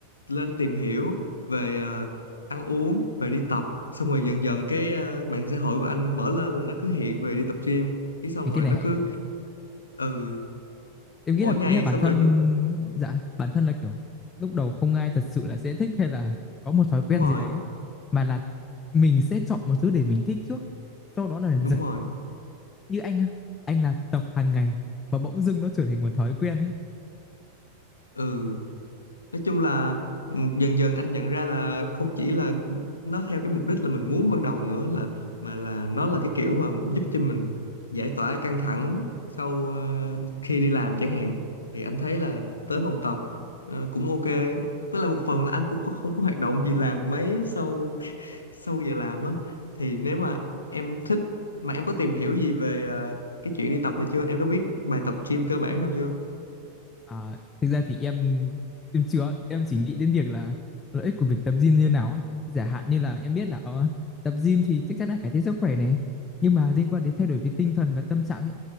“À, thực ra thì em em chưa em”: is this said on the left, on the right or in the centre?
Left